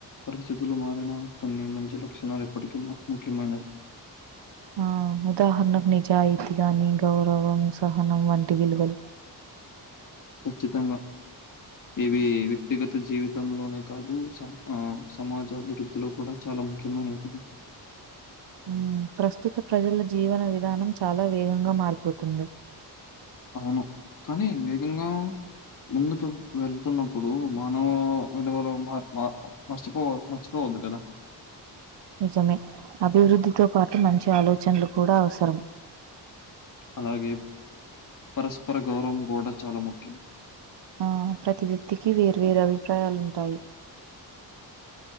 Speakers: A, on the left; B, on the right.
A: పరిస్థితులు మారినా కొన్ని మంచి లక్షణాలు ఎప్పటికి మ ఖ్యమైనవి.
B: ఆ ఉదాహరణకు నిజాయితీగాని, గౌరవం, సహనం వంటి విలువలు.
A: ఖచ్చితంగా. ఇవి వ్యక్తిగత జీవితంలోనే కాదు. స ఆ సమాజాభివృద్ధిలో కూడా చా చాల ముఖ్యమైనవి కదా.
B: మ్ ప్రస్తుత ప్రజల జీవన విధానం చాలా వేగంగా మారిపోతుంది.
A: అవును. కానీ వేగంగా, ముందుకు వెళ్తున్నప్పుడు, మానవ విలువలు మ మ మర్చిపో మర్చిపోవ వద్దు కదా!
B: నిజమే అభివృద్ధితో పాటు, మంచి ఆలోచనలు కూడా అవసరం.
A: అలాగే పరస్పర గౌరవం కూడ చాలా ముఖ్యం.
B: ఆ ప్రతి వ్యక్తికి వేర్వేరు అభిప్రాయాలుంటాయి.